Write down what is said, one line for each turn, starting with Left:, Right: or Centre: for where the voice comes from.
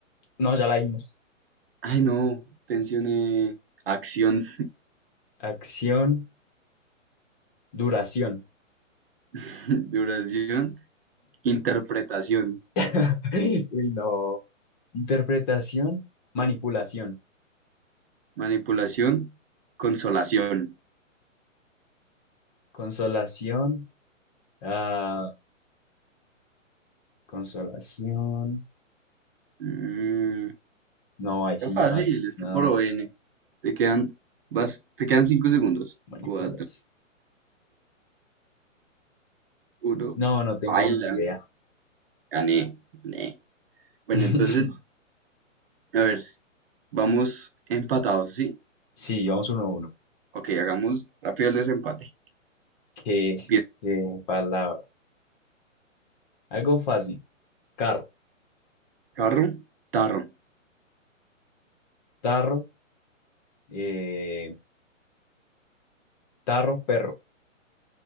Left: No, ya la dijimos.
Right: Ay, no. Pensión, eh, acción,
Left: Acción, duración.
Right: <laughs> duración, interpretación,
Left: <laughs> Uy, no. Interpretación, manipulación.
Right: manipulación, consolación.
Left: Consolación, ah, consolación.
Right: Mm,
Left: No, ahí sí
Right: está fácil,
Left: me mató.
Right: es
Left: No,
Right: que por O N Te quedan, vas, te quedan cinco segundos.
Left: manipulación.
Right: Cuatro, uno.
Left: No, no tengo
Right: Baila.
Left: ni idea.
Right: Gané, gané. Bueno,
Left: <laughs>
Right: entonces, a ver, vamos empatados, ¿sí?
Left: Sí, vamos uno a uno.
Right: Ok, hagamos rápido el desempate.
Left: ¿Qué,
Right: Bien.
Left: qué palabra? Algo fácil. Carro,
Right: Carro, tarro.
Left: tarro, eh, tarro, perro.